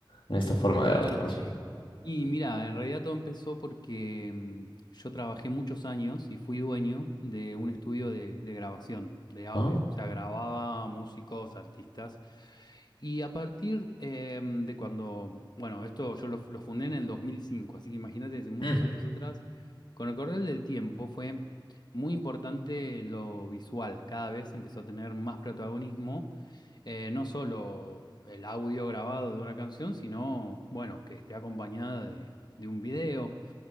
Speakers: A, on the left; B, on the left.
A: en esta forma
B: Claro.
A: de arte más bien?
B: Y mira, en realidad todo empezó porque mm, yo trabajé muchos años y fui dueño de un estudio de, de grabación, de audio.
A: Ah,
B: O sea, grababa músicos, artistas. Y a partir em, de cuando, bueno, esto yo lo, lo fundé en el 2005, así que imagínate, desde muchos
A: mm,
B: años atrás, con el correr del tiempo fue muy importante lo visual. Cada vez empezó a tener más protagonismo eh, no solo el audio grabado de una canción, sino, bueno, que esté acompañada de, de un video.